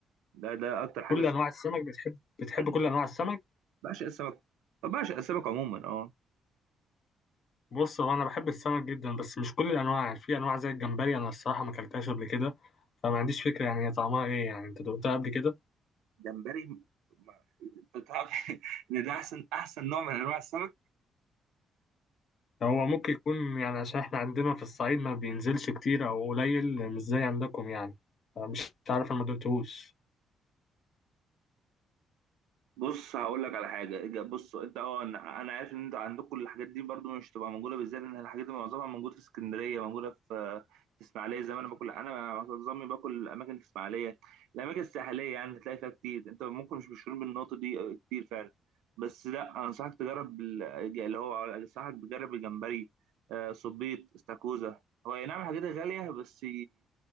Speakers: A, on the right; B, on the left.
A: ده ده اكتر حاجه
B: كل
A: س-
B: انواع السمك بتحب بتحب
A: اي
B: كل انواع السمك
A: بعشق السمك بعشق السمك عموما اه
B: بص هو انا بحب السمك جدا بس مش كل الانواع في انواع زي الجمبري انا الصراحه ما اكلتهاش قبل كده فما عنديش فكره يعني هي طعمها ايه يعني انت دقتها قبل كده
A: جمبري ما- انت تعرف <laughs> ان ده احسن احسن نوع من انواع السمك
B: هو ممكن يكون يعني عشان احنا عندنا في الصعيد ما بينزلش كتير او قليل مش زي عندكم يعني مش عارف انا ما دقتهوش
A: بص هقول لك على حاجه إجا- بص انت اه انا أنا عارف ان انت عندك كل الحاجات دي برضو مش تبقى موجوده بالذات ان الحاجات دي معظمها موجوده في اسكندريه موجوده في في اسماعيليه زي ما انا باكل انا معظمي باكل الاماكن في اسماعيليه الاماكن الساحليه يعني تلاقي فيها كتير انت ممكن مش مشهورين بالنقطه دي آه، كتير فعلا بس لا انصحك تجرب ال- اللي هو انصحك تجرب الجمبري آه، صبيط استاكوزا هو أي نعم الحاجات غاليه بس